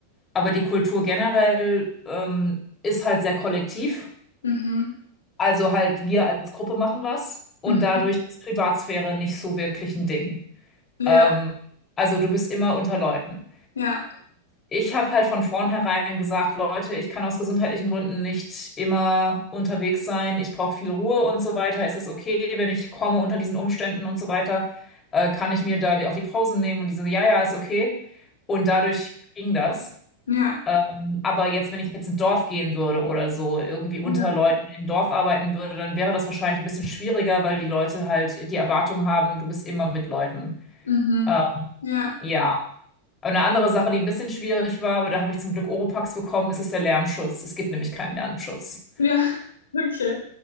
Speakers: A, on the left; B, on the left.
A: Aber die Kultur generell, ähm, ist halt sehr kollektiv.
B: Mhm.
A: Also halt wir als Gruppe machen was und
B: Mhm.
A: dadurch ist Privatsphäre nicht so wirklich ein Ding.
B: Ja,
A: Ähm, also du bist immer unter Leuten.
B: ja,
A: Ich habe halt von vornherein gesagt, Leute, ich kann aus gesundheitlichen Gründen nicht immer unterwegs sein. Ich brauche viel Ruhe und so weiter. Es ist okay, wenn ich komme unter diesen Umständen und so weiter, äh, kann ich mir da die, auch die Pausen nehmen und die so, ja, ja, ist okay. Und dadurch ging das.
B: ja,
A: Ähm, aber jetzt, wenn ich jetzt ins Dorf gehen würde oder so, irgendwie
B: ja,
A: unter Leuten im Dorf arbeiten würde, dann wäre das wahrscheinlich ein bisschen schwieriger, weil die Leute halt die Erwartung haben, du bist immer mit Leuten.
B: mhm.
A: Ähm,
B: Ja,
A: ja. Und eine andere Sache, die ein bisschen schwierig war, aber da habe ich zum Glück Oropax bekommen, ist, ist der Lärmschutz. Es gibt nämlich keinen Lärmschutz.
B: ja, <laughs> okay.